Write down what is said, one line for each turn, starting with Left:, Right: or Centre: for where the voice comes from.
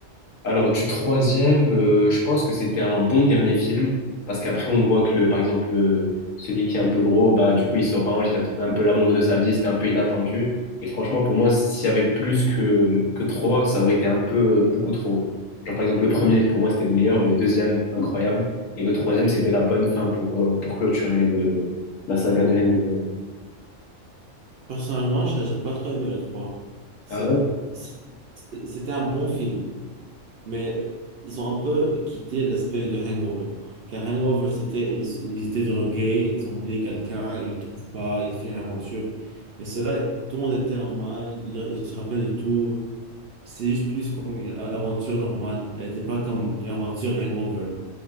Left: Alors du troisième, euh, je pense que c'était un bon dernier film, parce qu'après on voit que le, par exemple le- celui qui est un peu gros, bah du coup il se range, il a trouvé un peu l'amour de sa vie, c'était un peu inattendu. Et franchement pour moi s'il y avait plus que que trois, ça aurait été un peu euh, beaucoup trop. Genre par exemple le premier pour moi c'était le meilleur, le deuxième incroyable, et le troisième c'était la bonne fin pour euh, pour clôturer le la saga de Hangover.
Right: Personnellement, j'ai j'ai pas trop aimé le trois Ça,
Left: Ah ouais?
Right: c'est- c'était un bon film, mais ils ont un peu quitté l'aspect de Hangover. Car Hangover, c'était, ils, ils étaient drogués, ils ont oublié quelqu'un, ils le trouvent pas, ils font une aventure. Mais cela, tout le monde était normal, ils ils se rappellent de tout. C'est juste plus comme une a- aventure normale. Elle n'était pas comme une aventure Hangover.